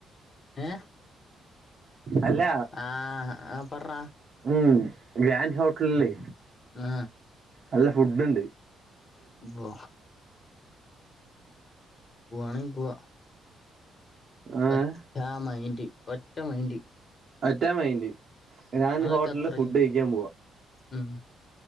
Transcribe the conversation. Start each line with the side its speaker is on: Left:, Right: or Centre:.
Left: ഏ
Right: അല്ല
Left: ആ ആ പർടാ
Right: ഉം ഗ്രാൻഡ് ഹോട്ടലിലെ
Left: ആ
Right: നല്ല ഫുഡ്ഡുണ്ട്.
Left: വ പോവാണെങ്കി പോവാ
Right: ഏഹ്
Left: ഒ റ്റ മൈൻ്റ് ഒറ്റമൈൻ്റ്.
Right: ഒറ്റാ മൈന്റ്. ഗ്രാൻഡ്
Left: അതൊക്കെ
Right: ഹോട്ടലില്
Left: അത്രയും
Right: ഫുഡ് കഴിക്കാൻ പോവാ.
Left: ഉം